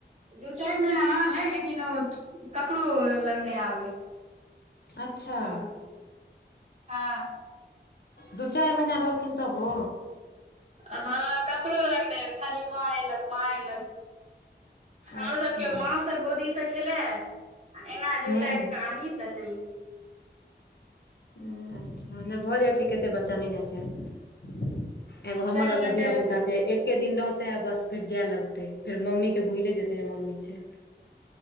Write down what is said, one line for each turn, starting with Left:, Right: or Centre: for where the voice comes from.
Right: दू चारि महीना रहलै लेकिन ओ ककरो लग नहि आबै
Left: अच्छा
Right: हँ हँ
Left: दू चारि महिना रहलखिन तबो
Right: हँ ककरो लग नहि खाली माँ एलग माँ एलग, हमरो
Left: अच्छा
Right: सभके माँ सँ गोदीसँ खेलाए आ ऐना जे
Left: हूँ
Right: उतारि कऽ आनी तऽ नहि
Left: हु अच्छा नहि भऽ जाइ छै केते बच्चा नहि जा चाहय एगो हमर
Right: चारि
Left: आर
Right: मिनट
Left: के धिया पुता जे एक्के दिन रहतै आ बस फेर जाए लगतै फेर मम्मीके भुलै जेतै जे मम्मी छै।